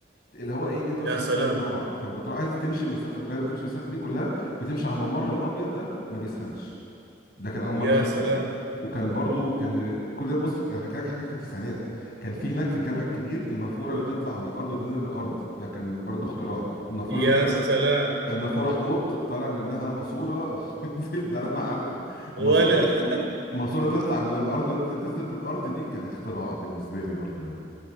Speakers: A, on the left; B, on the right.
A: اللي هو ايه انت
B: يا
A: مثلا
B: سلام
A: رايح صلاه الجمعه فبتروح عايز تمشي المسافه بدل ما تمشي المسافه دي كلها بتمشي على الممر الابيض ده ما بيسخنش ده كان اول مره
B: يا
A: اشوفه
B: سلام
A: وكان برضو كان كل ده بص انا حكيت لك حاجات في التسعينات كان في هناك في الجامع الكبير النافوره اللي بتطلع من الارض وتنزل من الارض ده كان برضو اختراع النافوره
B: يا
A: بالنسبه
B: سلام
A: لنا- النافوره حوض طالع منها ماسوره <laughs> وبتنزل ده اللي انا عارفه
B: ولا
A: ماسوره
B: <laughs>
A: ماسورة تطلع من الأرض تطلع تنزل في الأرض دي كان اختراع بالنسبة لي برضو يعني